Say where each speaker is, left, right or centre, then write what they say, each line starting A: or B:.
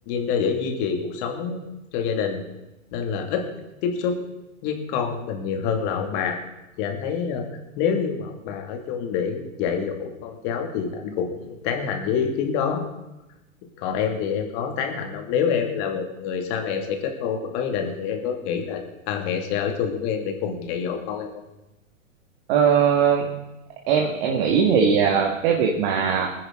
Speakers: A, on the left; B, on the right.
A: để duy trì cuộc sống cho gia đình nên là ít tiếp xúc với con của mình nhiều hơn là ông bà thì anh thấy ờ, nếu như mà ông bà ở chung để dạy dỗ con cháu thì anh cũng tán thành với ý kiến đó còn em thì em có tán thành không nếu em là một người sau này em sẽ kết hôn và có gia đình thì em có nghĩ là ba mẹ sẽ ở chung với em để cùng dạy dỗ con em không
B: Ờ, em em nghĩ thì à, cái việc mà